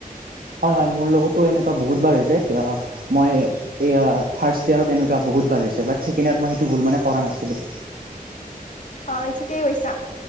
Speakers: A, on the right; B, on the left.
A: হয়, হয়। মোৰ লগতো এনেকুৱা বহুত বাৰ হৈছে। আ মই এইয়া ফাৰ্ষ্ট ইয়েৰত এনেকুৱা বহুত বাৰ হৈছে, বাট ছেকেণ্ড ইয়েৰত মই সেইটো ভুল মানে কৰা নাছিলোঁ।
B: হয় ঠিকেই কৈছা।